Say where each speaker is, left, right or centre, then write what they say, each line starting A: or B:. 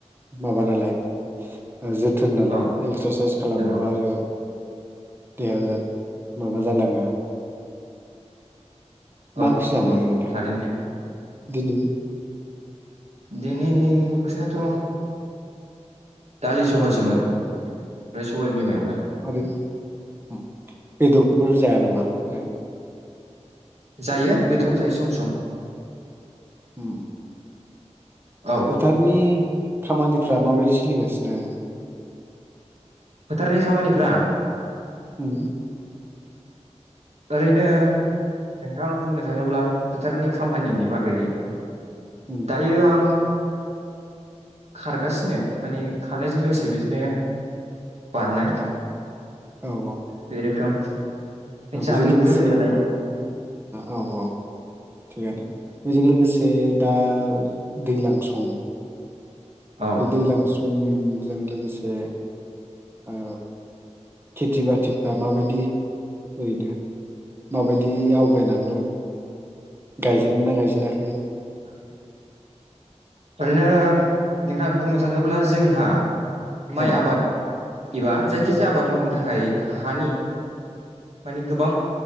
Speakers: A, on the right; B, on the right.
A: माबा नालाय। जोथोन लानाय
B: औ
A: एक्सारसाइस खालामाबा
B: नंगौ
A: आरो देहाया बिराद माबा जालाङो। मा
B: औ
A: ओंक्रि जादो
B: नंगौ
A: ओरैनो?
B: थारैनो
A: दिनै
B: दिनै ओंख्रियाथ' दालि जहलसोमोन। ओमफ्राय सबाय बिमा एवनाय
A: ओरैनो बेदरफोर जाया नामा? <unintelligible>
B: जायो बेदरखौबो जायो सम सम।
A: उम
B: औ
A: फोथारनि खामानिफ्रा माबायदि सोलिगासिनो? दे
B: फोथारनि खामानिफ्रा
A: उम
B: ओरैनो नोंथां बुंनो थाङोब्ला फोथारनि खामानिनि बागै।
A: उम
B: दायो आं खारगासिनो माने खारनायजों लोगोसे बिदिनो बारनाय
A: औ औ
B: बे रोखोम
A: औ
B: जाहाथे
A: बेजों लोगोसे
B: फैबाय थानाय
A: औ औ थिगानो बेजों लोगोसे दा दैज्लां सम
B: औ
A: बे दैज्लां सम सम जों लोगोसे ओ खेथि बाथिफ्रा माबायदि ओरैनो माबायदि आवगायनानै दं गायजेनगोनना गायजेनाखै?
B: औ। ओरैनो नोंथां बुंनो थाङोब्ला जोंहा माइ
A: औ
B: आबाद। एबा जायखिजाया आबाद मावनो थाखाय हानि मानि गोबां